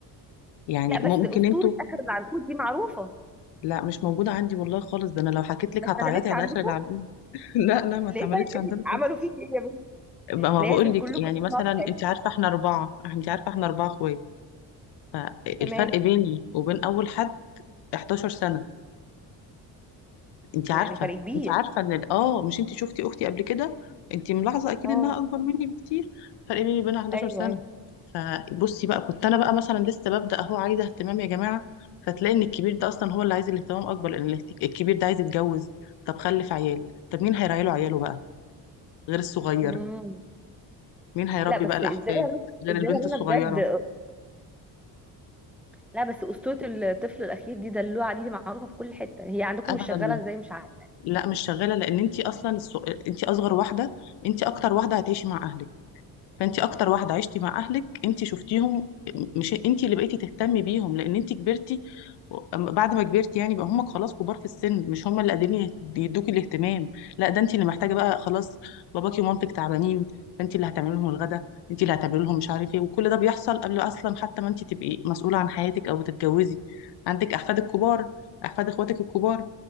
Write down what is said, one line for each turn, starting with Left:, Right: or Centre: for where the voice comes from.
Left: يعني
Centre: لا بس
Left: ممكن
Centre: اسطوره
Left: أنتوا
Centre: اخر العنقود دي معروفه
Left: لا مش موجودة عندي والله خالص ده أنا لو حكيت لك
Centre: ما اشتغلتش
Left: هتعيطي على
Centre: عندكم
Left: آخر العنقود <laughs> لا لا ما اتعملتش
Centre: ليه طيب إيه؟
Left: عندنا
Centre: عملوا
Left: خالص
Centre: فيك ايه
Left: بقى ما
Centre: لازم
Left: بقول لك
Centre: كلكم
Left: يعني
Centre: تسمعوا
Left: مثلا
Centre: حكايتي
Left: أنت عارفة إحنا أربعة أنت عارفة إحنا أربعة إخوات فالفرق
Centre: تمام
Left: بيني وبين أول حد 11 سنة انت
Centre: يعني
Left: عارفه
Centre: فرق كبير
Left: انت عارفه ان ال- اه مش انت شفتي اختي قبل كده انت ملاحظه اكيد
Centre: اه
Left: انها اكبر مني بكتير فرق بيني وبينها 11
Centre: ايوه
Left: سنه
Centre: ايوه
Left: فبصي بقى كنت انا بقى مثلا لسه ببدا اهو عايزه اهتمام يا جماعه فتلاقي ان الكبير ده اصلا هو اللي عايز الاهتمام اكبر لان الاهت- الكبير ده عايز يتجوز طب خلف عيال طب مين هيراعي له عياله بقى غير الصغير
Centre: مم.
Left: مين هيربي
Centre: لا بس
Left: بقى الاحفاد
Centre: ازاي يا رنا-
Left: غير
Centre: ازاي
Left: البنت
Centre: يا
Left: الصغيره
Centre: رنا بجد لا بس اسطوره الطفل الاخير دي دلوعه دي, دي معروفه في كل حته هي عندكم
Left: ابدا
Centre: مش شغاله ازاي مش عارفه
Left: لا مش شغاله لان انت اصلا الص... انت اصغر واحده انت اكتر واحده هتعيشي مع اهلك فانت اكتر واحده عشتي مع اهلك انت شفتيهم مش انت اللي بقيتي تهتمي بيهم لان انت كبرتي و- أما بعد ما كبرتي يعني بقى هم خلاص كبار في السن مش هم اللي قادرين يدوكي الاهتمام لا ده انت اللي محتاجه بقى خلاص باباكي ومامتك تعبانين فانت اللي هتعملي لهم الغدا انت اللي هتعملي لهم مش عارف ايه وكل ده بيحصل قبل اصلا حتى ما انت تبقي مسؤوله عن حياتك او بتتجوزي عندك احفادك كبار احفاد اخواتك الكبار